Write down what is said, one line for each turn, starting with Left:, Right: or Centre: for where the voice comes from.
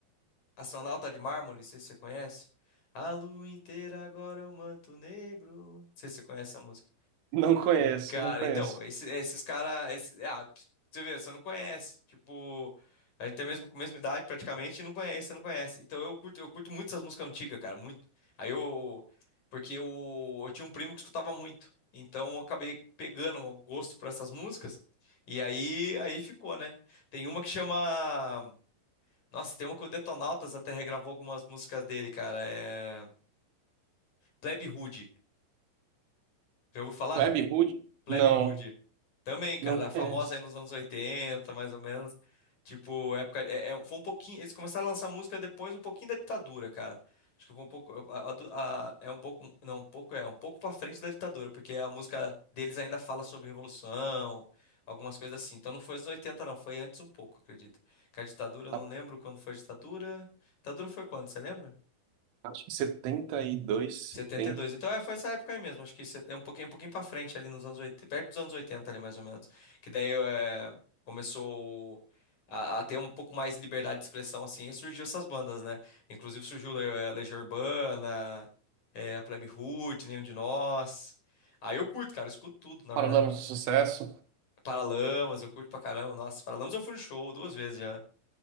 Left: Astronauta de Mármore, não sei se você conhece. A lua inteira agora é um manto negro. Não sei se você conhece essa música.
Right: Não conheço,
Left: Cara,
Right: não conheço.
Left: então, esse- esses caras. ah, pra você vê, você não conhece. Tipo, a gente tem a mesma, mesma idade praticamente e não conhece, você não conhece. Então eu curto, eu curto muito essas músicas antigas, cara, muito. Aí eu. Porque eu, eu tinha um primo que escutava muito. Então eu acabei pegando o gosto por essas músicas. E aí, aí ficou, né? Tem uma que chama. Nossa, tem uma que o Detonautas até regravou algumas músicas dele, cara. É. Plebe Rude. Já ouviu falar?
Right: Web Hood?
Left: Plebe
Right: Não,
Left: Rude. Também, cara,
Right: não conheço.
Left: famosa aí nos anos 80, mais ou menos. Tipo, época. É, é- foi um pouquinho. Eles começaram a lançar música depois, um pouquinho da ditadura, cara. Acho que foi um pouco. a- a- a- é um pouco. Não, um pouco é, um pouco pra frente da ditadura, porque a música deles ainda fala sobre revolução, algumas coisas assim. Então não foi os 80, não, foi antes um pouco, acredito. Que a ditadura, eu
Right: Tá,
Left: não lembro quando foi a ditadura. Ditadura foi quando, você lembra?
Right: Acho que setenta e dois
Left: setenta
Right: setenta
Left: e dois Então é, foi essa época aí mesmo. Acho que se- é um pouquinho, um pouquinho para frente ali nos anos 80 perto dos anos 80 ali mais ou menos. Que daí é, começou a, a ter um pouco mais de liberdade de expressão assim e surgiu essas bandas, né? Inclusive surgiu Le- é, Legião Urbana, é, a Plebe Rude, Nenhum de Nós. Aí eu curto, cara, eu escuto tudo, na
Right: Paralamas
Left: verdade.
Right: do Sucesso.
Left: Paralamas, eu curto pra caramba. Nossa, Paralamas eu fui no show duas vezes já.